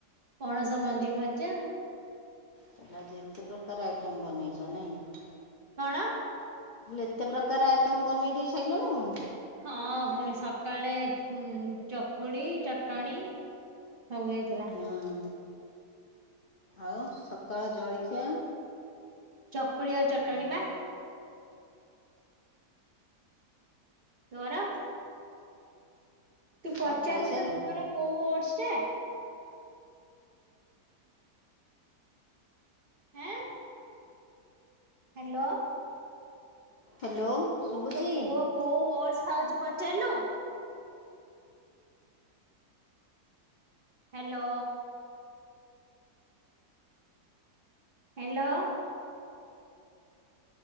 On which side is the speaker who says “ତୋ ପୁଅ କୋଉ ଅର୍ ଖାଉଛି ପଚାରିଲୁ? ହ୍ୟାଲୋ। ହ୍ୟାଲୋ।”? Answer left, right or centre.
Right